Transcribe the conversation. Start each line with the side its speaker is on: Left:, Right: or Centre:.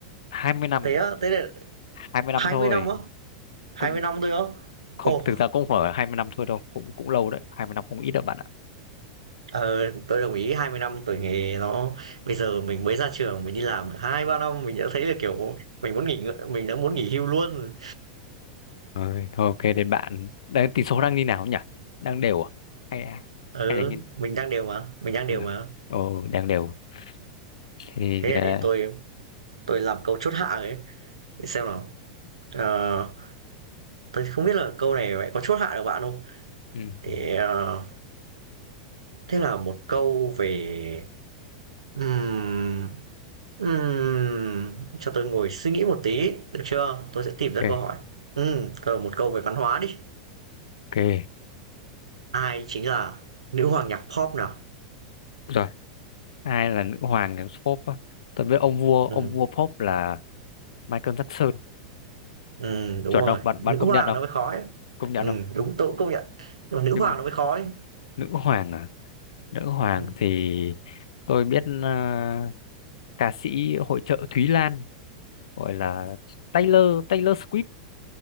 Left: 20 năm
Right: Thế á, thế là
Left: 20 năm
Right: 20
Left: thôi
Right: năm á? hai
Left: cũng
Right: mươi năm tôi á?
Left: không
Right: Ồ,
Left: thực ra cũng không phải 20 năm thôi đâu cũng cũng lâu đấy 20 năm không ít đâu bạn ạ
Right: Ờ, tôi đồng ý 20 năm tuổi nghề nó bây giờ mình mới ra trường mình đi làm được 2 3 năm mình đã thấy là kiểu mình muốn nghỉ ngơi- mình đã muốn nghỉ hưu luôn.
Left: Rồi, thôi ok đến bạn đang tỷ số đang như nào nhỉ đang đều à hay à?
Right: Ừ,
Left: hay là như
Right: mình đang đều mà, mình đang đều
Left: đang đều.
Right: mà.
Left: ồ đang đều Thế
Right: Thế
Left: thì
Right: là để
Left: ờ,
Right: tôi tôi làm câu chốt hạ ấy để xem nào. Ờ, tôi không biết là câu này vậy có chốt hạ được bạn không?
Left: ừ,
Right: Để
Left: ừ,
Right: ờ, thế là một câu về ừm ừm, cho tôi ngồi suy nghĩ một tí được chưa? Tôi sẽ tìm ra
Left: ok
Right: câu hỏi. Ừ, một câu về văn hóa đi.
Left: ok
Right: Ai chính là nữ hoàng nhạc pop nào?
Left: rồi ai là nữ hoàng của pop á? tôi biết ông vua ông
Right: Ừm,
Left: vua pop là Michael Jackson
Right: ừm, đúng
Left: chuẩn
Right: rồi,
Left: không bạn
Right: nữ
Left: bạn công
Right: hoàng
Left: nhận không
Right: nó mới khó ấy.
Left: công nhận
Right: Ừm,
Left: không
Right: đúng, tôi cũng công nhận, nhưng mà nữ
Left: nhưng
Right: hoàng nó mới khó ấy.
Left: nữ hoàng à? Nữ hoàng
Right: Ừm.
Left: thì tôi biết ờ, ca sĩ hội chợ Thúy Lan gọi là Taylor Taylor Swift